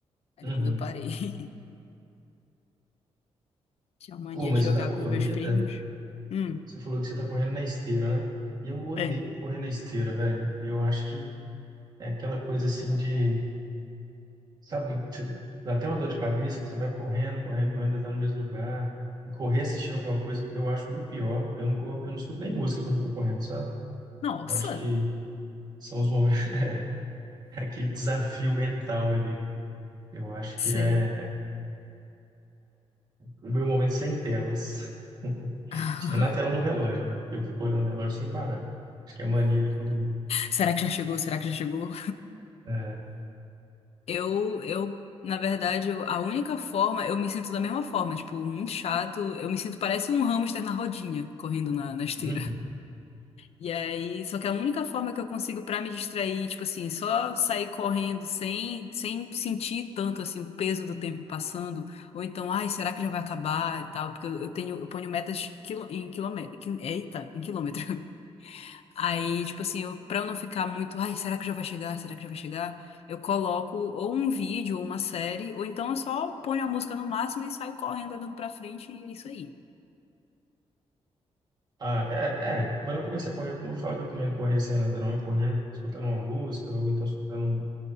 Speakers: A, on the left; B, on the right.
A: Aí
B: Uhum.
A: depois eu parei. <laughs> Tinha mania
B: Oh, mas
A: de jogar
B: o da corrida,
A: com os meus primos. Hum,
B: você falou que você tá correndo na esteira, né? Eu odeio
A: é.
B: correr na esteira, velho. Eu acho que é aquela coisa assim de Sabe, que você dá até uma dor de cabeça, que você vai correndo, correndo, correndo, ainda tá no mesmo lugar. E Correr assistindo alguma coisa, eu acho muito pior. Eu não, cor- eu não escuto nem música quando eu tô correndo, sabe?
A: Nossa!
B: Eu acho que são os momentos, <laughs> é aquele desafio mental ali, né? Eu acho que
A: Sei.
B: é o meu momento sem telas. <laughs>
A: <laughs>
B: Tirando a tela do relógio, né? Eu fico olhando o relógio sem parar. Acho que é mania de corredor.
A: Será que já chegou? Será que já chegou?
B: É.
A: Eu, eu, na verdade, eu- a única forma, eu me sinto da mesma forma, tipo, muito chato. Eu me sinto parece um hamster na rodinha, correndo na, na esteira.
B: Uhum.
A: E aí, só que a única forma que eu consigo pra me distrair, tipo assim, só sair correndo sem, sem sentir tanto assim o peso do tempo passando, ou então, ai, será que já vai acabar e tal? Porque eu, eu tenho, eu ponho metas quilo, em quilômetro, eita, em quilômetro. Aí, tipo assim, eu, pra eu não ficar muito, ai, será que já vai chegar? Será que já vai chegar? Eu coloco ou um vídeo ou uma série, ou então eu só ponho a música no máximo e saio correndo, olhando pra frente, e é isso aí.
B: Ah, é, é. Quando eu comecei a correr, todo mundo fala que eu também não corria sem nada, não. Eu corria escutando uma música, ou então escutando um